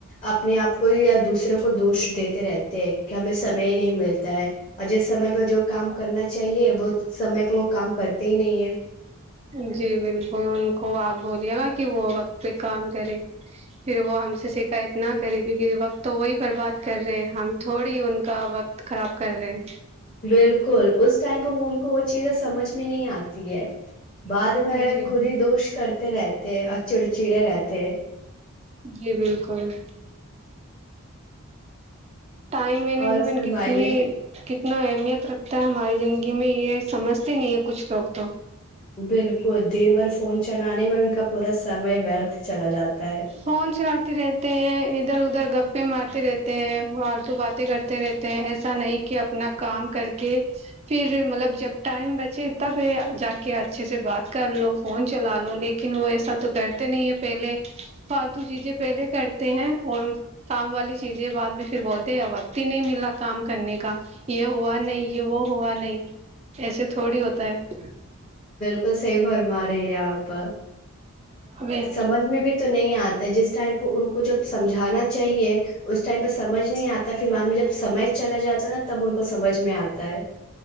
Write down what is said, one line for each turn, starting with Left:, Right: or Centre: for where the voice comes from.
Left: اپنے آپ کو یا دوسروں کو دوش دیتے رہتے ہیں کہ ہمیں سمے ہی نہیں ملتا ہے اور جس سمے پ جو کام کرنا چاہیے وہ سمے پہ وہ کام کرتے ہی نہیں ہے
Right: ہم جی بالکل ان کو آپ بولیے گا کہ وہ وقت پہ کام کرے پھر وہ ہم سے شکایت نہ کرے کیونکہ وقت تو وہی برباد کر رہے ہم تھوڑی ان کا وقت خراب کر رہے ہیں
Left: بالکل اس ٹائم پہ ان کو وہ چیزیں سمجھ میں نہیں آتی ہے بعد
Right: ہیں
Left: میں
Right: جی
Left: خود ہی دوش کرتے رہتے چڑچڑے رہتے ہیں۔
Right: جی بالکل ٹائم مینجمنٹ
Left: اور فرمائیے
Right: کتنی کتنا اہمیت رکھتا ہے ہماری زندگی میں یہ سمجھتے نہیں ہے کچھ لوگ تو
Left: بالکل دن بھر فون چلانے میں ان کا پورا سمے ورتھ چلا جاتا ہے
Right: فون چلتی رہتے ادھر ادھر گپے مارتی رہتے ہیں فالتو باتیں کرتے رہتے ہیں ایسا نہیں کہ اپنا کام کر کے پھر مطلب جب ٹائم بچے تب جا کے اچھے سے بات کر لو فون چلا لو لیکن وہ ایسا تو کرتے نہیں ہے پہلے فالتو چیزیں پہلے کرتے ہیں اور کام والی چیزیں بعد میں پھر بولتے ہیں وقت ہی نہیں ملا کام کرنے کا یہ ہوا نہیں یہ وہ ہوا نہیں ایسے تھوڑی ہوتا ہے
Left: تو صحی فرما رہی ہے آپ
Right: ہے
Left: سمجھ میں بھی تو نہیں آتا جس ٹائم پہ ان کو جب سمجھانا چاہیے اس ٹائم پہ سمجھ نہیں آتا پھر مد میں جب سمجھ چلا جاتا ہے نا تب ان کو سمجھ میں آتا ہے